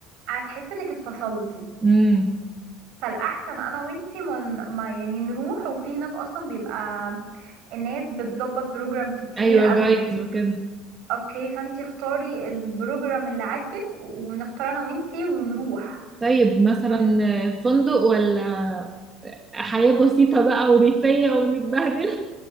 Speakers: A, on the right; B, on the right.
A: هتحسي انك اتفصلتي
B: امم
A: فالاحسن انا وانتي من ما يعني نروح وفي هناك اصلا بيبقى الناس بتظبط بروجرام كتير
B: ايوه
A: قوي
B: جايدز وكده
A: اوكي فانتي اختاري البروجرام اللي عاجبك ونختار انا وانتي ونروح
B: طيب مثلا
A: نروح
B: فندق ولا حياة بسيطة بقى وريفية ونتبهدل